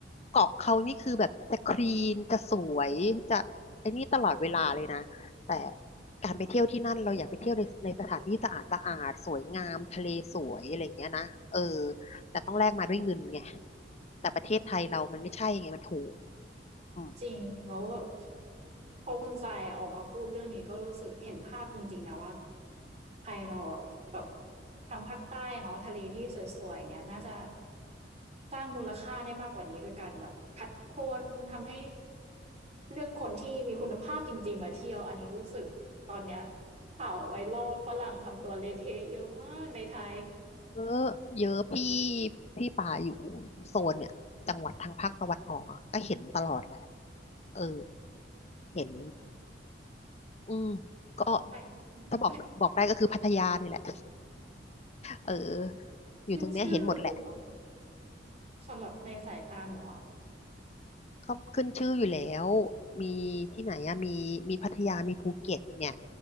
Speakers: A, on the left; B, on the right.
A: เกาะเขานี่คือแบบจะคลีนจะสวยจะไอ้นี่ตลอดเวลาเลยนะแต่การไปเที่ยวที่นั่นเราอยากไปเที่ยวในในสถานที่สะอาดสะอาดสวยงามทะเลสวยอะไรอย่างเงี้ยนะเออแต่ต้องแลกมาด้วยเงินไงแต่ประเทศไทยเรามันไม่ใช่ไงมันถูก
B: จริง
A: อืม
B: จริงแล้วแบบพอคุณทรายออกมาพูดเรื่องนี้ก็รู้สึกเห็นภาพจริงๆนะว่าไทยเราอะแบบทางภาคใต้เนาะทะเลที่สวยๆอย่างเงี้ยน่าจะสร้างมูลค่าได้มากกว่านี้โดยการแบบคัดคนทำให้เลือกคนที่มีคุณภาพจริงๆมาเที่ยวอันนี้รู้สึกตอนเนี้ยข่าว viral ฝรั่งทำตัวเละเทะเยอะมากในไทย
A: เยอะเยอะพี่พี่ป่าอยู่โซนเนี่ยจังหวัดทางภาคตะวันออกอ่ะก็เห็นตลอดแหละเออเห็นอืมก็
B: ไทยอืม
A: ถ้าบอกบอกได้ก็คือพัทยานี่แหละเออ
B: <laughs>
A: อยู่ตรงเนี้ยเห็นหมดแหละ
B: ขึ้นชื่อเนาะสำหรับในสายตาหนูอะ
A: ก็ขึ้นชื่ออยู่แล้ว มีที่ไหนอะมีมีพัทยามีภูเก็ตเนี่ย